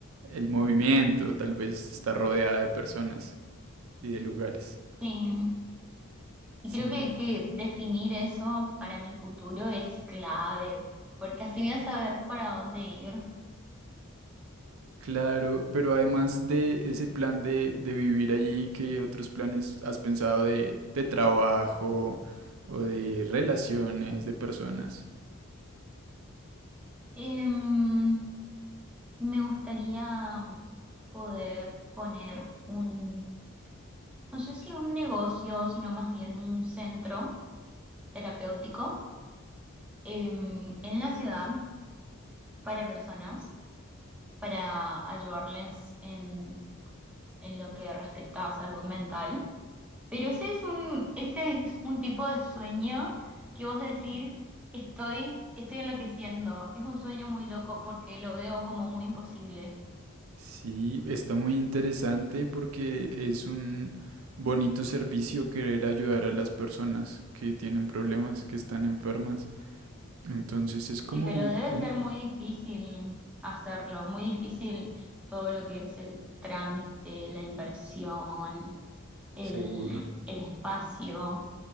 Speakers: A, on the right; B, in the centre.
A: el movimiento, tal vez estar rodeada de personas y de lugares.
B: sí. Y
A: Sí.
B: creo que, que definir eso para mi futuro es clave, porque así voy a saber para dónde ir.
A: Claro, pero además de ese plan de, de vivir allí, ¿qué otros planes has pensado de, de trabajo o de relaciones de personas?
B: Em, me gustaría poder poner un, no sé si un negocio, sino más bien un centro terapéutico em, en la ciudad para personas, para ayudarles en en lo que respecta a salud mental. Pero ese es un, ese es un tipo de sueño que vos decís, estoy, estoy enloqueciendo. Es un sueño muy loco porque lo veo como muy imposible.
A: Sí, está muy interesante porque es un bonito servicio querer ayudar a las personas que tienen problemas, que están enfermas. Entonces es como
B: Sí, pero debe
A: un...
B: ser muy difícil hacerlo, muy difícil todo lo que es el trámite, la inversión, el,
A: Seguro,
B: el espacio.